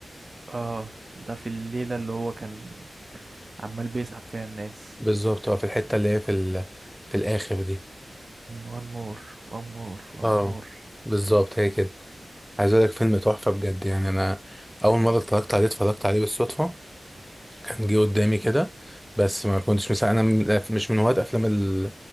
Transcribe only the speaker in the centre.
بالظبط اه في الحته اللي هي في ال... في الاخر دي
اه
بالظبط هي كده عايز اقول لك فيلم تحفه بجد يعني انا اول مره اتفرجت عليه اتفرجت عليه بالصدفه كان جه قدامي كده بس ما كنتش مسا... انا من- مش من هواة افلام ال...